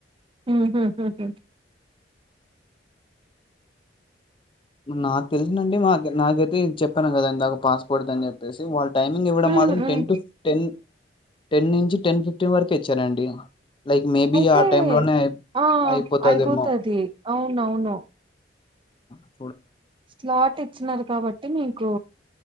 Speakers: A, on the right; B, on the left.
A: మ్మ్ హ్మ్ హ్మ్ హ్మ్
B: నాకు తెలిసినండి మా నాకైతే చెప్పాను కదా ఇందాక పాస్ కుడదుని చెప్పేసి వాళ్ళ టైమింగ్ ఇవ్వడం
A: ఉమ్,
B: మాత్రం
A: ఉమ్.
B: టెన్ టు టెన్ టెన్ నుంచి టెన్ ఫిఫ్టీన్ వరక ఇచ్చానండి లైక్ మేబి
A: అయితే
B: ఆ టైం లోనే అయి
A: ఆ
B: అయిపోతుదేమో
A: అయిపోతది అవునవును
B: బ
A: స్లాట్ ఇచ్చినారు కాబట్టి మీకు